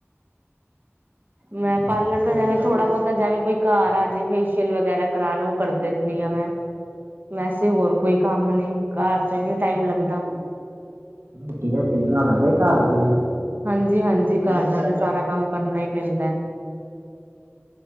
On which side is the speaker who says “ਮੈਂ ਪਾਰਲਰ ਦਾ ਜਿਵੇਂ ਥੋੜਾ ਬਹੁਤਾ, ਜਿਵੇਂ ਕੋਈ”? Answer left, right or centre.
Right